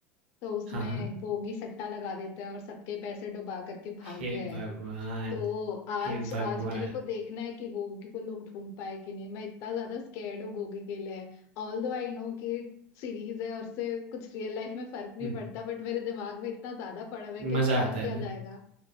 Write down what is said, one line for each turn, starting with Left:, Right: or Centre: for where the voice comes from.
Left: तो उसमें
Right: हाँ हाँ
Left: गोगी सट्टा लगा देता है और सबके पैसे डुबा करके भाग
Right: हे
Left: गया है
Right: भगवान
Left: तो आज
Right: हे भगवान
Left: आज मेरे को देखना है कि गोगी को लोग ढूंढ पाए कि नहीं मैं इतना ज्यादा स्कैर्ड हूँ गोगी के लिए ऑल दो आई नो कि सीरीज है और उससे कुछ रियल लाइफ में फर्क नहीं
Right: हम्म,
Left: पड़ता बट मेरे दिमाग में इतना ज्यादा पड़ा हुआ है कि अब
Right: मजा
Left: क्या
Right: आता है
Left: किया
Right: ना
Left: जाएगा